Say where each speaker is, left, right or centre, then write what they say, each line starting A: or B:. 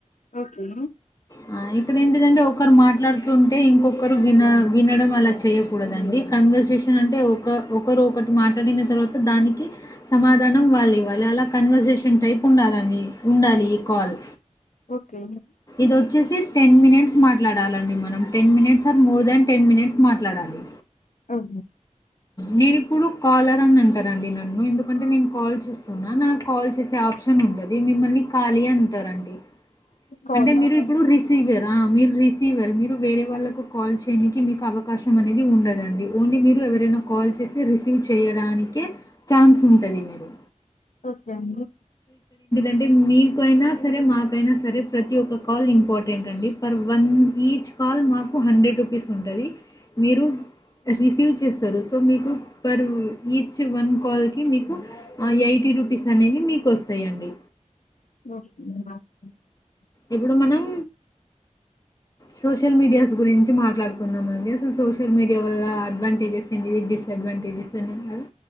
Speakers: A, on the left (about 70°); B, on the left (about 25°).
A: ఓకే.
B: ఆ ఇక్కడ ఏంటిది అంటె ఒకరు మాట్లాడుతుంటే, ఇంకొకరు విన వినడం అలా చేయ్యకూడదండి. కన్వర్సేషన్ అంటే, ఒక ఒకరు ఒకట్ మాట్లాడిన తర్వాత, దానికి సమాధానం వాళ్ళు ఇవ్వాలి, అలా కన్వర్సేషన్ టైప్ ఉండాలండి. ఉండాలి ఈ కాల్.
A: ఓకే
B: ఇదోచ్చేసి టెన్ మినిట్స్ మాట్లాడాలండి మనం. Ten minutes, or more than ten minutes మాట్లాడాలి.
A: అహ
B: నేను ఇప్పుడు కాలర్ అని అంటరండి నన్ను, ఎందుకంటే నేను కాల్ చేస్ కున్న నాక్ కాల్ చేసే ఆప్షన్ ఉంటది, మిమ్మల్ని కాళీ అంటరండి
A: కాల్
B: అంటే, మీరు
A: ఓకే
B: ఇప్పుడు రిసీవర్. మీరు రిసీవర్, మీరు వేరే వాళ్ళకు
A: కాదు.
B: కాల్ చేయనికి, మీకు అవకాశం అనేది ఉండదండి. ఓన్లీ మీరు ఎవరైనా
A: హ్మ్.
B: కాల్ చేసి రిసీవ్ చేయడానికే ఛాన్స్ ఉంటది మీరు
A: ఒకె అండి
B: అంటే మీకైనా సరే మాకైనా స రె ప్రతి ఒక్క కాల్ ఇంపార్ ఏంటండి పర్ వన్ ఈచ్ కాల్ మాకు హండ్రెడ్ రుపీస్ ఉంటది. మీరు రిసీవ్ చేస్తారు సో మీకు పర్ ఈచ్ వన్ కాల్కి మీకు ఎయిటీ రూపీస్ అనేవి మీకు వస్తయండి.
A: <unintelligible>
B: ఇప్పుడు మనం సోషల్ మీడియాస్ గురించి మాట్లాడుకుందాం అండి. అసలు సోషల్ మీడియా వల్ల అడ్వాంటేజెస్ తిండియే డిస్ అడ్వాంటేజెస్ అన్ని అవి